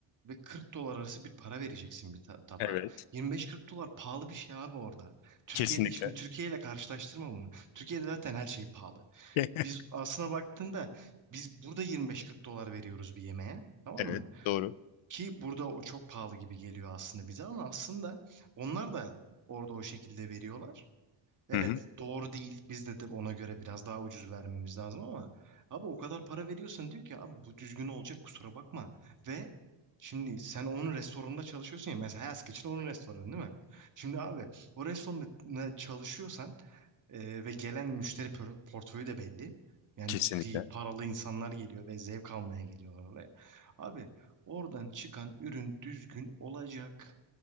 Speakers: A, on the right (about 40°); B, on the left (about 75°).
A: ve 40 dolar arası bir para vereceksin bir ta- tabağa.
B: Evet.
A: 25-40 dolar pahalı bir şey abi orada. Türkiye'de
B: Kesinlikle.
A: şimdi Türkiye ile karşılaştırma bunu. Türkiye'de zaten her şey pahalı.
B: <laughs>
A: Biz aslına baktığında biz burada 25-40 dolar veriyoruz bir yemeğe. Tamam
B: Evet.
A: mı?
B: Doğru.
A: Ki burada o çok pahalı gibi geliyor aslında bize ama aslında onlar da orada o şekilde veriyorlar. Evet
B: Hı hı.
A: doğru değil. Biz de, de ona göre biraz daha ucuz vermemiz lazım ama abi o kadar para veriyorsan diyor ki abi bu düzgün olacak kusura bakma. Ve şimdi sen onun restoranında çalışıyorsun ya mesela Hask için onun restoranı değil mi? Şimdi abi o restoranda çalışıyorsan e, ve gelen müşteri por- portföyü de belli. Yani
B: Kesinlikle.
A: ciddi paralı insanlar geliyor ve zevk almaya geliyorlar oraya. Abi oradan çıkan ürün düzgün olacak.